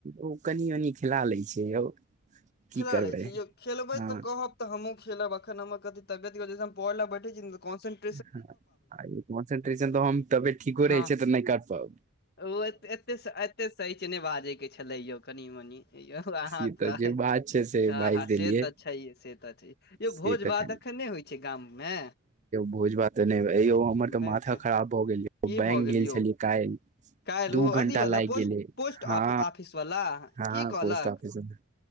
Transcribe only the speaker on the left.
खेला
लै छी यौ खेलबै
तऽ कहब तऽ हमहुँ खेलब अखन हम क तबियत पढ़लक बैठ छी कन्से
हँ
ओ एते एते सच नहि बाजै के छलै यौ कनि मनी यौ अहाँ
तऽ
हँ
हँ
से तऽ छैा से तऽ छै यो
भोज
भात
अखन नहि होइ छै छै गाम मे
नहि
होइ छै
की
भऽ
यौ
काल्हि
ओ अथी
वाला
पोस्ट
पोस्ट
ऑफिस वाला
की कहलक